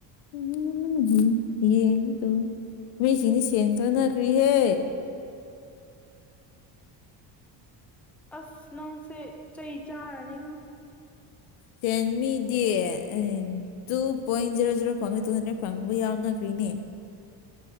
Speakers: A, on the left; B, in the centre.
A: ꯎꯝ ꯍꯨꯃ ꯍꯌꯦ ꯇꯣ ꯃꯤꯁꯤꯅꯤ ꯁꯦꯟꯇꯔꯅꯅꯥꯈꯔꯤ ꯍꯦ
B: ꯑꯁ ꯅꯪꯁꯦ ꯆꯩ ꯆꯥꯔꯅꯤꯉꯣ
A: ꯆꯦꯟꯃꯤꯗꯤ ꯎꯝ ꯇꯨ ꯄꯣꯏꯟ ꯖꯦꯔꯣ ꯖꯦꯔꯣ ꯐꯪꯉꯦ ꯇꯨ ꯍꯟꯗ꯭ꯔꯦꯗ ꯐꯪꯕ ꯌꯥꯎꯅꯈ꯭ꯔꯤꯅꯦ